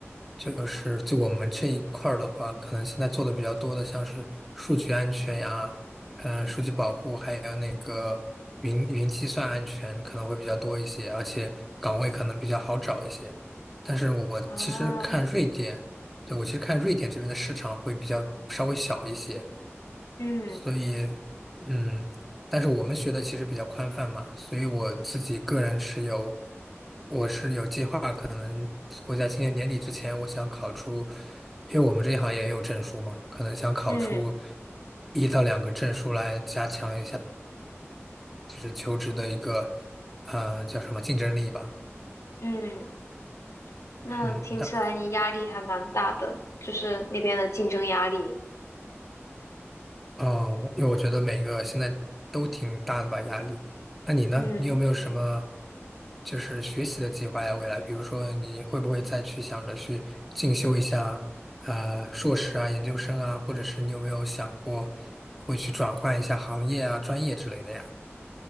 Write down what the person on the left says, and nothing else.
啊，
嗯
嗯
嗯，那听起来你压力还蛮大的，
就是那边的竞争压力。
嗯。